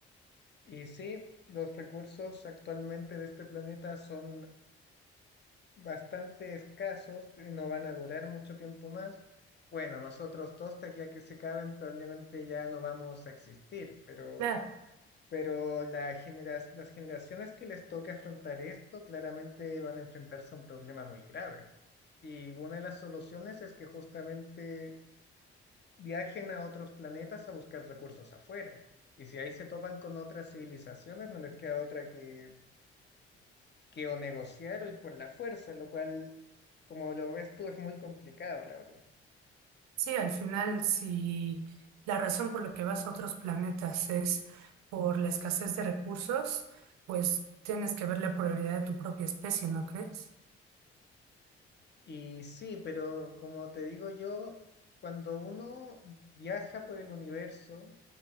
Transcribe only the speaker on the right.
Claro,
sí, al final, si la razón por la que vas a otros planetas es por la escasez de recursos, pues tienes que ver la prioridad de tu propia especie, ¿no crees?